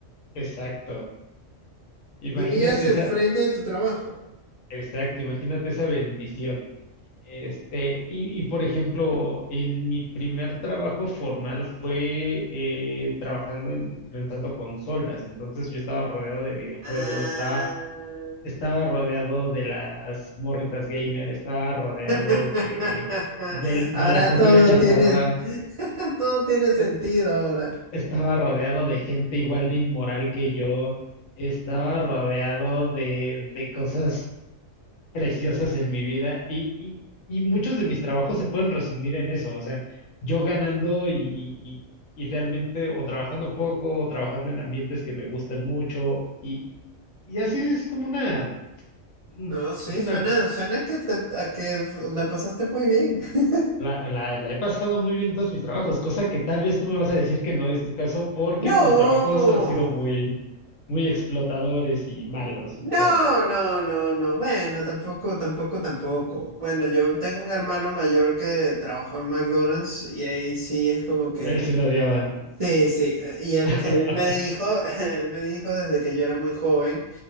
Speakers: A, on the left; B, on the right.
A: exacto. Imagínate
B: ¿Vivías enfrente
A: esa,
B: de tu trabajo?
A: exacto, imagínate esa bendición. Este, y, y, por ejemplo, en mi primer trabajo formal fue eh, trabajando en rentando consolas. Entonces yo estaba rodeado de videojuegos,
B: Ah.
A: estaba, estaba rodeado de las morritas gamer, estaba rodeado
B: <laughs>
A: de, del-
B: Ahora
A: de la comida
B: todo
A: chatarra.
B: tiene, <laughs> todo tiene sentido
A: Eh,
B: ahora.
A: estaba rodeado de gente igual de inmoral que yo, estaba rodeado de, de cosas preciosas en mi vida y, y- y muchos de mis trabajos se pueden resumir en eso, o sea, yo ganando y, y- y realmente o trabajando poco o trabajando en ambientes que me gustan mucho y, y así es como una, mm,
B: No, sí,
A: es una
B: suena, suena que te, a que la pasaste muy bien. <laughs>
A: La, la- la he pasado muy bien en todos mis trabajos, cosa que tal vez tú me vas a decir que no es tu caso porque
B: No,
A: tus trabajos han sido muy, muy explotadores y malos y
B: no,
A: te odian.
B: no, no, no. Bueno, tampoco, tampoco, tampoco. Bueno, yo tengo un hermano mayor que trabajó en McDonald's y ahí sí es como que
A: A él se lo odiaban.
B: Sí, sí, eh, y él,
A: <laughs>
B: él me dijo, <laughs> él me dijo desde que yo era muy joven,